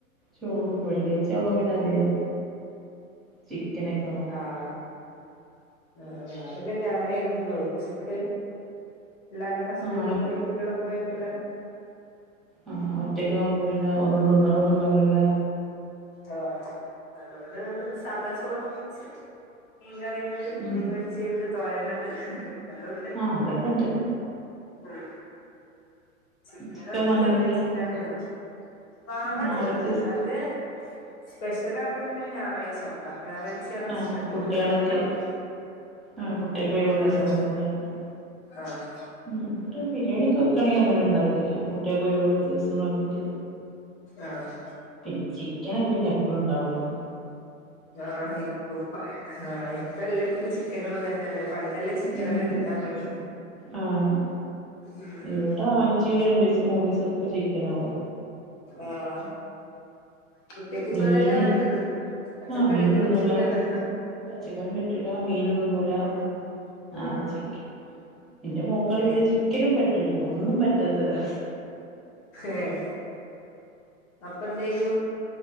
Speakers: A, in the centre; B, on the left.
A: ചോറും വെള്ളിയാഴ്ചബോ പിന്നെ അതികം ചിക്കനോക്കാവും
B: ആഹ് ആഹ് ഞ പിന്നെ ഞാനെ ഒള്ളു ഉച്ചക്ക് എല്ലാരും ഹസ്ബന്റും
A: ആണുങ്ങൾ
B: പോയി കുട്ടി ട്ട്യാളും പോയാ പിന്നെ
A: ആ ഒറ്റക്കാവുമ്പോ പിന്നെ ഒന്നും തിന്നണോന്നുണ്ടാവുല്ലല്ലേലെ
B: ആഹ് അതോണ്ട് സാദാ ചോറും വെച്ച് മീകറിം മീൻ
A: ഉം
B: പൊരിചേണ്ട് തോരന്ണ്ട് എല്ലോണ്ട്
A: ആഹ് അതൊക്കെണ്ട്
B: ഉം ചിക്കനും
A: ചിക്കൻ
B: അങ്ങൻത്തെന്നും
A: വാങ്ങലില്ലേ
B: വെച്ചിട്ടില്ലന്നേള്ളൂ വാങ്ങലല്ലാണ്ട്
A: ഞായറാഴ്ച ദിവസം
B: അത് സ്പെഷ്യലാ ആക്കുന്നുണ്ടെ ഞായറാച്ച ഞാറാഴ്ച്ചെണ് ഹസ്ബൻഡും
A: ആഹ് കുട്ടികളൊക്കെ
B: എല്ലാരുണ്ടാവാ
A: ആഹ് കുട്ടികൾക്ക് ഒഴിവുള്ള ദിവസം
B: ആഹ്
A: നോക്കി ഉണ്ടാക്കില്ല
B: ആഹ്
A: ഉം ഇവിടെ ബിരിയാണിക്കെ വെക്കാണെങ്കി അങ്ങനെ ണ്ടാക്കും കുട്ട്യാക്കോഴിവ്ള്ള ദിവസം നോക്കീട്ട്
B: ആഹ്
A: പിന്നെ ചിക്കൻ ഒക്കെ പിന്നെ എപ്പള്ളുണ്ടാവ്ണല്ലേ
B: ആഹ് ഇപ്പപ്പാ ആഹ് ഇപ്പെലെടത്തും ചിക്കനും തന്നെല്ലേ പണ്ടല്ലേ ചിക്കനെല്ലാം
A: ഉം
B: കിട്ടാൻ പണി
A: ആഹ്
B: ഉം
A: ഇവിടെ ആഴ്ചീല് രണ്ടീസോ മൂനീസൊക്കെ ദിവസം ഒക്കെ ചിക്കനാവും.
B: ആഹ് കുട്ട്യക്ക് ഇപ്പോ
A: മീന്
B: അതെല്ലെ വേണ്ടത് പച്ചക്കറിയൊന്നും
A: ആഹ് മീൻ തിന്നൂല
B: പറ്റൂലല്ലോ
A: പച്ചക്കറിം പറ്റൂലാ മീനും തിന്നൂലാ
B: ഉം ഉം
A: ആകെ ചിക്കന്. എന്റെ മോക്കാണങ്കി
B: ഉം
A: പിന്നെ ചിക്കനും പറ്റൂല ഒന്നും പറ്റാത്തൊരവസ്ഥ
B: ഏഹ് അപ്പന്തേയും